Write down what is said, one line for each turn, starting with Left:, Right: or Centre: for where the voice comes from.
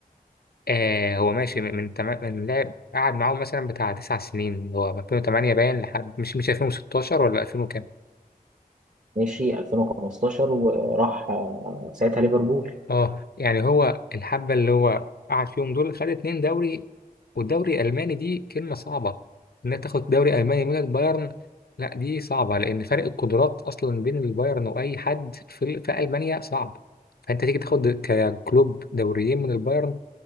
Left: آه هو ماشي من من, تم- من لعب قعد معاهم مثلا بتاع تسع سنين اللي هو من 2008 باين لحد مش مش 2016 ولا 2000
Right: مشي 2015 وراح آه، ساعتها ليفربول
Left: اه يعني هو الحبة اللي هو قعد فيهم دول خد اتنين دوري والدوري الألماني دي كلمة صعبة إنك تاخد دوري ألماني من البايرن لا دي صعبة لأن فرق القدرات أصلا بين البايرن وأي حد في في ألمانيا صعب فأنت تيجي تاخد ككلوب دوريين من البايرن